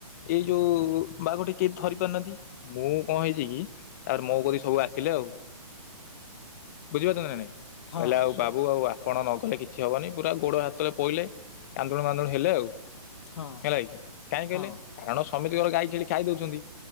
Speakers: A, on the left; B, on the left.
A: ଏଇ ଯୋଉ ବା ଗୋଟେ କେହି ଧରି ପାରୁନାହାନ୍ତି। ମୁଁ କଣ ହେଇଛି କି ତାପରେ ମୋ କତିକି ସବୁ ଆସିଲେ ଆଉ। ବୁଝିପାରୁଛ ନା ନାଇଁ
B: ହଁ
A: କହିଲେ ଆଉ ବାବୁ ଆଉ ଆପଣ ନଗଲେ କିଛି ହବନି ପୁରା ଗୋଡ଼ ହାତଳେ ପଇଲେ କାନ୍ଦୁଣୁ ମାନ୍ଦୁଣୁ ହେଲେ ଆଉ।
B: ହଁ
A: ହେଲା କି କାଇଁ କହିଲେ
B: ହଁ
A: କାରଣ ସମିତିଙ୍କର ଗାଈ ଛେଳି ଖାଇ ଦଉଛନ୍ତି